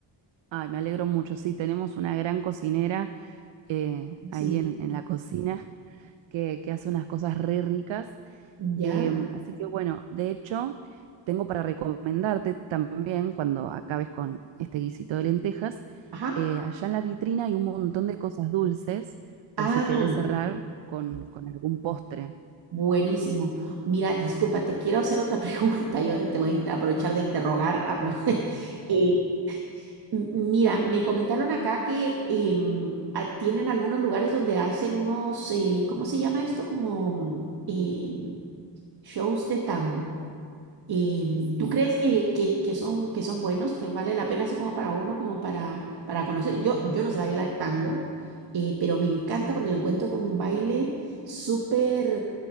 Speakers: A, on the right; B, on the right.
A: Ay, me alegro mucho, sí, tenemos una gran cocinera eh,
B: Buenísimo.
A: ahí en, en la cocina que, que hace unas cosas re ricas.
B: ¿Ya?
A: Em, así que bueno, de hecho, tengo para recomendarte también cuando acabes con este guisito de lentejas,
B: Ajá.
A: eh, allá en la vitrina hay un montón de cosas dulces por
B: Ah,
A: si querés cerrar con, con algún postre.
B: Buenísimo. Mira, disculpa, te quiero hacer otra <laughs> pregunta. Yo te voy a inter- aprovechar de interrogar. apro- <laughs> Eh, m- mira, me comentaron acá que em, a- tienen algunos lugares donde hacen unos, eh, ¿cómo se llama esto? Como mm, em, shows de tango. Em,
A: Sí.
B: ¿tú crees que, que- que son, que son buenos, que vale la pena así como para uno, como para, para conocer? Yo, yo no sé bailar tango, eh, pero me encanta porque lo encuentro como un baile súper